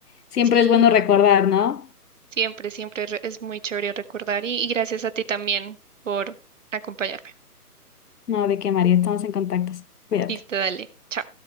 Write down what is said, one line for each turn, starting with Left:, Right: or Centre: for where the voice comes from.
Left: Siempre
Right: Sí.
Left: es bueno recordar, ¿no?
Right: Siempre, siempre re- es muy chévere recordar y, y gracias a ti también por acompañarme.
Left: No, de que María, estamos en contacto. Cuídate.
Right: Listo, dale. chao.